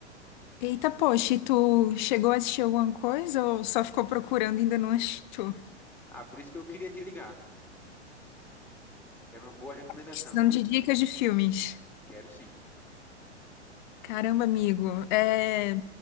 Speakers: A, on the left; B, in the centre.
A: Eita, poxa, e tu chegou a assistir alguma coisa ou só ficou procurando e ainda não achou?
B: Ah, por isso que eu queria te ligar. Quero uma boa recomendação.
A: Precisando de dicas de filmes.
B: Quero sim.
A: Caramba, amigo, é...